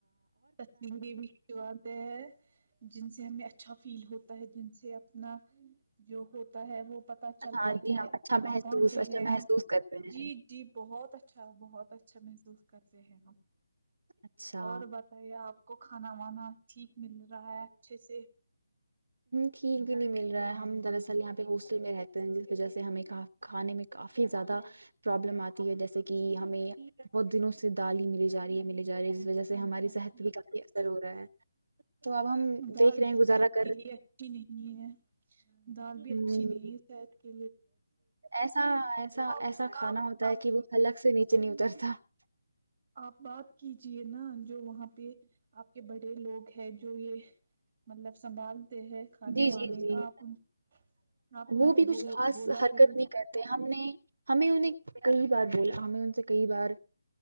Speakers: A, on the right; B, on the right.
A: تصمری بھی کچواتے ہیں جن سے ہمیں اچھا فیل ہوتا ہے جن سے اپنا جو ہوتا ہے وہ پت چلتا
B: ہاں جی
A: ہے
B: ہم اچھا
A: کہاں
B: محسوس
A: پہنچے
B: اچھا
A: ہیں
B: محسوس
A: ہم
B: کرتے ہیں
A: جی جی بہت اچھا بہت اچھا م محسوس کرتے ہیں ہم
B: اچھا
A: اور بات آپ کو کھانا وانا ٹھیک مل رہا ہے اچھے سے
B: ٹھیک بھی نہیں مل رہا ہے ہم دراصل یہاں پہ ہاسٹل میں رہتے ہیں جس وجہ سے ہمیں کھانے میں کافی زیادہ پرابلم آتی ہے جیسے کہ ہمیں بہت دنوں سے دال ہی ملی جا رہی ہے مل جا رہی جس وجہ سے
A: ہائے
B: ہماری
A: ہائے،
B: صحت پ بھی کافی اثر ہو رہا ہے تو اب ہم
A: دال
B: دیکھ رہے ہیں
A: بھی
B: گزارت
A: صحت کے لیے اچھی نہیں ہے دال بھی
B: ہمم
A: اچھی نہیں ہے شاید کی
B: ایسا ایسا
A: آپ
B: ایسا کھانا
A: آپ
B: ہوتا ہے
A: آپ
B: کہ وہ حلگ سے نہیں <unintelligible> چ نہیں اتر تھا <unintelligible>
A: آپ بات کیجیے نا <unintelligible> جو وہاں پہ <unintelligible> آپ کے بڑے لوگ ہے جو یہ مطلب سنبھالتے ہیں کھانے
B: جی
A: وانے
B: جی جی
A: کا آپ <unintelligible> آپ ان
B: وہ
A: کو
B: بھی کچھ
A: بول
B: خاص
A: بولا
B: حرکت
A: کرے
B: نہیں کرتے ہم نے ہمیں انہیں <unintelligible> کئی بار بول ہمیں ان سے کئی بار